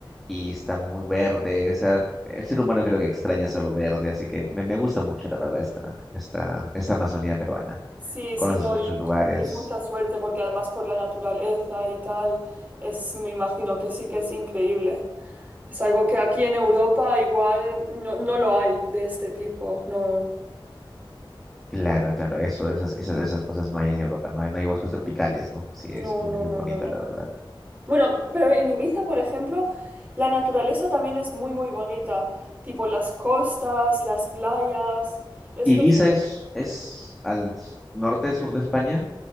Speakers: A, in the centre; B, on the right.
A: y está muy verde. O sea, el ser humano creo que extraña solo verde, así que me, me gusta mucho, la verdad, esta, esta, esta Amazonía peruana.
B: Sí,
A: Conoces
B: sí, no,
A: muchos
B: y
A: lugares.
B: tienes mucha suerte porque además por la naturaleza y tal, es, me imagino que sí que es increíble. Es algo que aquí en Europa igual no, no lo hay de este tipo. No,
A: Claro, claro, eso, esas, esas, esas cosas no hay en Europa, no hay, no hay bosques tropicales, ¿no? Sí,
B: no,
A: es muy,
B: no,
A: muy
B: no,
A: bonito,
B: no, no.
A: la verdad.
B: Bueno, pero en Ibiza, por ejemplo, la naturaleza también es muy, muy bonita. Tipo las costas, las playas. Esto
A: Ibiza
B: sí que...
A: es, es al s- norte, sur de España.